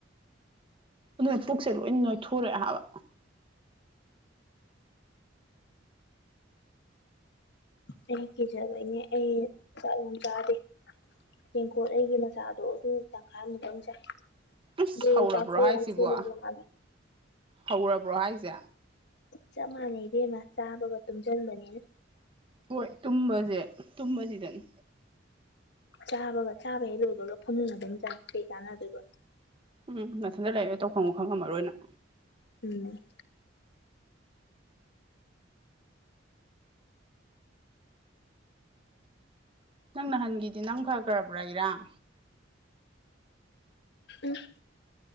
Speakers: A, on the right (about 30°); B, on the left (about 60°).
A: ꯑꯗꯨꯅ ꯄꯨꯛꯁꯦ ꯂꯣꯏ ꯅꯣꯏꯊꯣꯔꯛꯑꯦ ꯍꯥꯏꯕ
B: ꯑꯩꯗꯤ ꯀꯤꯖꯕꯩꯅꯦ ꯑꯩꯅ ꯆꯥꯛ ꯌꯥꯝ ꯆꯥꯗꯦ ꯇꯦꯡꯀꯣꯠ ꯑꯩꯒꯤ ꯃꯆꯥꯗꯣ ꯑꯗꯨ ꯇꯪꯈꯥꯏꯃꯨꯛꯇꯪ ꯆꯥꯏ
A: ꯑꯁ
B: ꯑꯗꯨꯅ
A: ꯍꯧꯔꯕ꯭ꯔꯣ
B: ꯆꯥꯛꯁꯨ
A: ꯍꯥꯏꯁꯤꯕꯣ
B: ꯌꯥꯝ ꯊꯨꯅ ꯂꯥꯝꯃꯦ
A: ꯍꯧꯔꯕ꯭ꯔꯣ ꯍꯥꯏꯁꯦ
B: ꯆꯞ ꯃꯥꯟꯅꯩ ꯏꯕꯦꯝꯃ ꯆꯥꯕꯒ ꯇꯨꯝꯖꯟꯕꯅꯤꯅ
A: ꯍꯣꯏ ꯇꯨꯝꯕꯁꯦ ꯇꯨꯝꯕꯁꯤꯗꯅꯤ
B: ꯆꯥꯕꯒ ꯆꯥꯕ ꯍꯦꯛ ꯂꯣꯏꯕꯒ ꯐꯃꯨꯡ ꯑꯗꯨꯝ ꯆꯪꯉꯦ ꯀꯩ ꯀꯥꯟꯅꯗꯣꯏꯕ
A: ꯎꯝ ꯅꯊꯟꯗ ꯂꯩ ꯇꯧꯐꯝ ꯈꯪꯉꯝꯃꯔꯣꯏ ꯅꯪ
B: ꯎꯝ
A: ꯅꯪ ꯅꯍꯥꯟꯒꯤꯗꯤ ꯅꯪ ꯐꯈ꯭ꯔꯕ꯭ꯔꯥ ꯏꯔꯥꯡ
B: ꯎꯝ